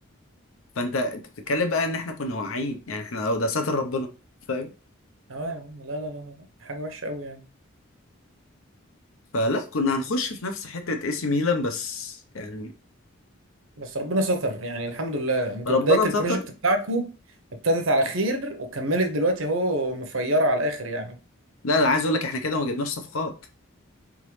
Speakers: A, on the left; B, on the right.
A: فانت انت بتتكلم بقى ان احنا كنا واعيين يعني احنا أهو ده ساتر ربنا فاهم
B: اه يا عم لا لا لا لا حاجة وحشة قوي يعني
A: فلا كنا هنخش في نفس حته اي سي ميلان بس يعني
B: بس ربنا ستر يعني الحمد لله انتوا
A: ربنا
B: بداية البروجكت
A: ستر
B: بتاعكم ابتدت على خير وكملت دلوقتي اهو مفيرة على الآخر يعني
A: لا انا عايز اقول لك احنا كده ما جبناش صفقات